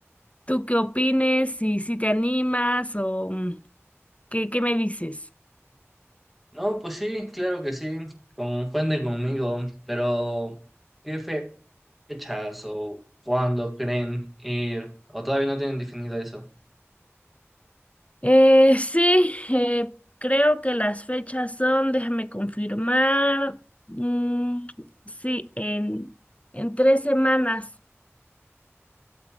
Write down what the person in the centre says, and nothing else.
No, pues sí, claro que sí, con, cuenten conmigo, pero ¿qué fechas o cuándo creen ir? ¿O todavía no tienen definido eso?